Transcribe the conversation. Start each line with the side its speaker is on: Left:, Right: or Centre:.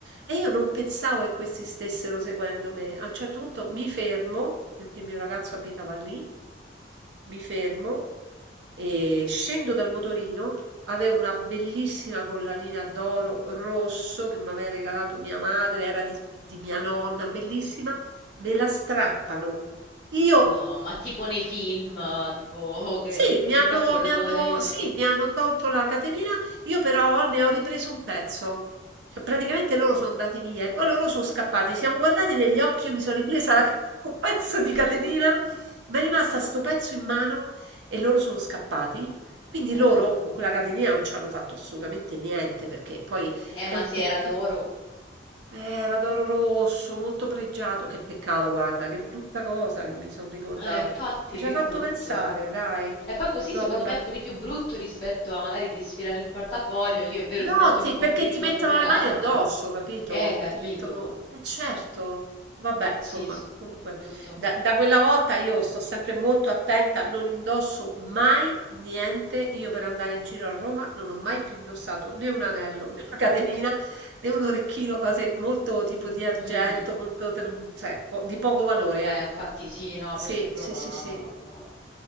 Right: e io non pensavo che questi stessero seguendo me. A un certo punto mi fermo, perché il mio ragazzo abitava lì, mi fermo e scendo dal motorino. Avevo una bellissima collanina d'oro rosso che mi aveva regalato mia madre, era di, di mia nonna, bellissima. Me la strappano. Io
Left: No, ma tipo nei film, tipo oh, che
Right: Sì,
Left: questi
Right: mi hanno
Left: qua col
Right: mi
Left: motorino.
Right: hanno sì, mi hanno tolto la catenina, io però ne ho ripreso un pezzo. Cioè, praticamente loro sono andati via e poi loro sono scappati. Ci siamo guardati negli occhi, io mi sono ripresa la ca- <laughs> un pezzo di
Left: <laughs>
Right: catenina, mi è rimasta sto pezzo in mano e loro sono scappati. Quindi
Left: Eh,
Right: loro con quella catenina non ci hanno fatto assolutamente niente perché poi
Left: eh,
Right: è
Left: ma
Right: un
Left: se
Right: peccato.
Left: era d'oro.
Right: Eh, era d'oro rosso, molto pregiato. Che peccato, guarda, che brutta cosa che mi sono ricordata.
Left: Eh, infatti,
Right: Mi ci
Left: che
Right: hai fatto
Left: brutto.
Right: pensare, dai.
Left: E poi così
Right: No,
Left: secondo
Right: vabbè.
Left: me è pure più brutto rispetto a magari ti sfilano il portafoglio, e lì è vero
Right: No,
Left: ti senti
Right: ti-
Left: un po'
Right: perché
Left: un pochino
Right: ti mettono
Left: violato,
Right: le mani addosso,
Left: però...
Right: capito?
Left: Eh, capito.
Right: Ti mettono... Eh certo, vabbè, insomma,
Left: Sì, sì, infatti
Right: comunque,
Left: è brutto.
Right: da, da quella volta io sto sempre molto attenta, non indosso mai niente. Io per andare in giro a Roma non ho mai più indossato né un anello, né una catenina, né un orecchino, cose molto tipo di argento,
Left: Mhm.
Right: molto, ter- cioè, po- di poco valore,
Left: Eh,
Right: ecco.
Left: infatti sì, no,
Right: Sì,
Left: perché a
Right: sì,
Left: Roma
Right: sì, sì.
Left: no,